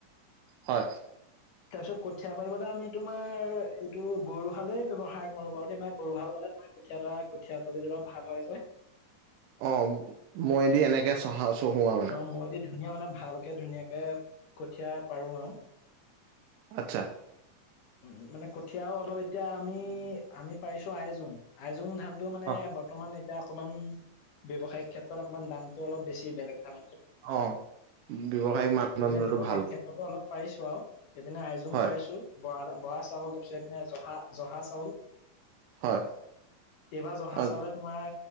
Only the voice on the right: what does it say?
হয়।
অ মৈ দি এনেকে চহা চহোৱা মানে।
আত্ছা।
অ
অ ব্যৱসায়িক মানদণ্ডটো
ভাল
হয়
হয়
অ